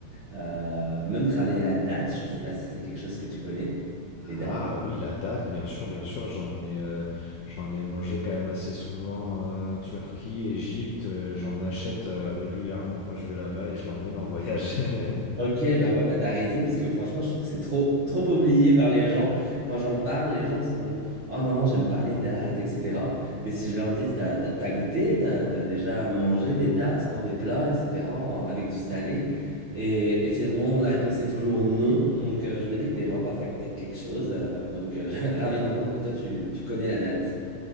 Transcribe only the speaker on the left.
Ah oui, la date, bien sûr, bien sûr, j'en ai, euh, j'en ai mangé quand même assez souvent, euh, Turquie, Égypte, euh, j'en achète euh, régulièrement quand je vais là-bas et je l'emmène en voyage. <laughs>